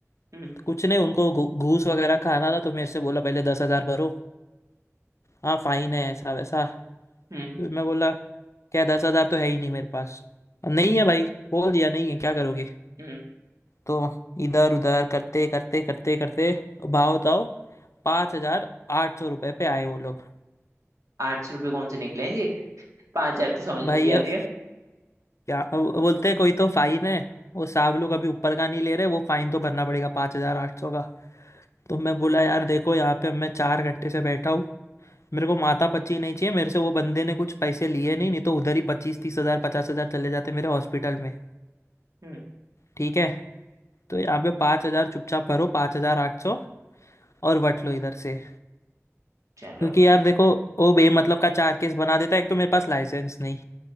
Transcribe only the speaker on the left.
कुछ नहीं उनको घू- घूस वगैरह खाना था तो मेरे से बोला पहले दस हजार भरो हाँ फाइन है ऐसा वैसा
फिर मैं बोला क्या दस हजार तो है ही नहीं मेरे पास नहीं है भाई बोल दिया नहीं है क्या करोगे
तो इधर उधर करते करते करते करते भाव ताव पाँच हजार आठ सौ रुपये पे आए वो लोग
भाई
अब
क्या अब बोलते हैं कोई तो फाइन है वो साहब लोग अभी ऊपर का नहीं ले रहे वो फाइन तो भरना पड़ेगा पाँच हजार आठ सौ का तो मैं बोला यार देखो यहाँ पे मैं चार घंटे से बैठा हूँ मेरे को माथा पच्ची नहीं चाहिए मेरे से वो बंदे ने कुछ पैसे लिए नहीं नहीं तो उधर ही पच्चीस तीस हजार पचास हजार चले जाते मेरे हॉस्पिटल में
ठीक है तो यहाँ पे पाँच हजार चुपचाप भरो पाँच हजार आठ सौ और बट लो इधर से
क्योंकि यार देखो वो बेमतलब का चार केस बना देता एक तो मेरे पास लाइसेंस नहीं